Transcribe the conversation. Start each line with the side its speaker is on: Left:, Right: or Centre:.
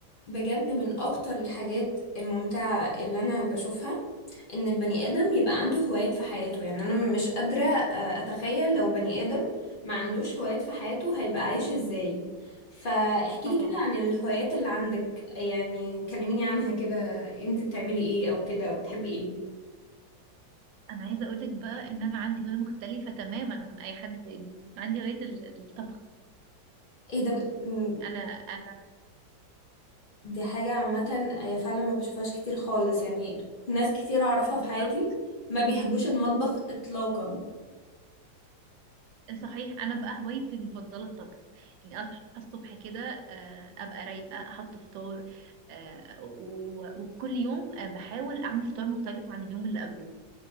Left: بجد من اكتر الحاجات الممتعة اللي انا بشوفها ان البني ادم يبقى عنده هوايات في حياته يعني انا مش قادرة آه، اتخيل لو بني ادم ما عندوش هوايات في حياته هيبقى عايش ازاي فاحكي
Right: طبعا
Left: لي كده عن الهوايات اللي عندك يعني كلميني عنها كده انت بتعملي ايه او كده او بتحبي ايه
Right: انا عايزه اقولك بقى ان انا عندي هوايه مختلفه تماما عن اي حد تاني عندي هوايه ال- الطبخ
Left: ايه ده ب... م-
Right: انا انا
Left: دي حاجة عامة هي فعلا ما بشوفهاش كتير خالص يعني ناس كتير اعرفها في
Right: بالظبط
Left: حياتي ما بيحبوش المطبخ اطلاقا
Right: صحيح انا بقى هوايتي المفضله الطبخ يعني اصحى الصبح كده آه، ابقى رايقه احط فطار آه، و- وكل يوم آه، بحاول اعمل فطار مختلف عن اليوم اللي قبله